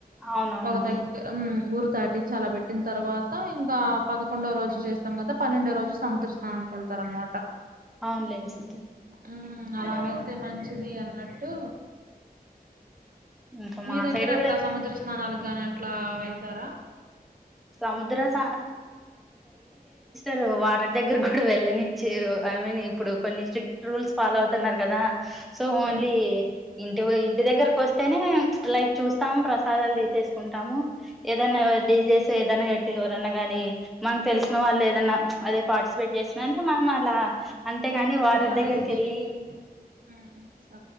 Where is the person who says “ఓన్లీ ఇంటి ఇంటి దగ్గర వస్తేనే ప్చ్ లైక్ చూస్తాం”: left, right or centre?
Centre